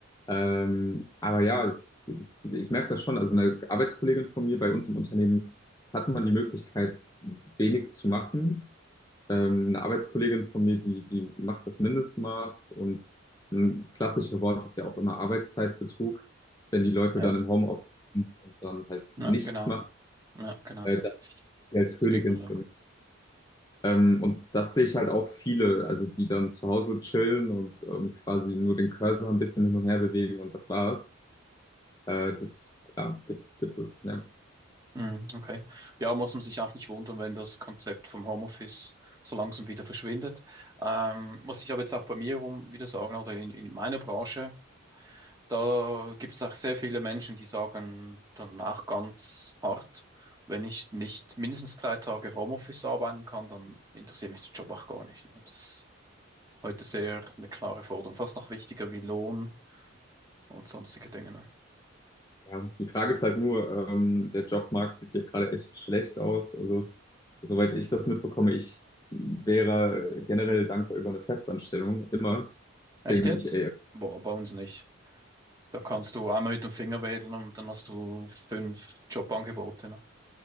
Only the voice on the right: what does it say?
Ja,
ja,
genau.
Ja, genau.
Das
ist
übel. ja.
Mhm. Okay. Ja, muss man sich auch nicht wundern, wenn das Konzept vom Homeoffice so langsam wieder verschwindet. Ähm, muss ich aber jetzt auch bei mir rum wieder sagen, oder in, in meiner Branche, Da gibt es auch sehr viele Menschen, die sagen danach ganz hart, wenn ich nicht mindestens drei Tage Homeoffice arbeiten kann, dann interessiert mich der Job auch gar nicht. ne? Das ist heute sehr eine klare Forderung, fast noch wichtiger wie Lohn und sonstige Dinge. ne?
Echt jetzt?
Boah, bei uns nicht. Da kannst du einmal mit dem Finger wedeln und dann hast du fünf Jobangebote. Ne?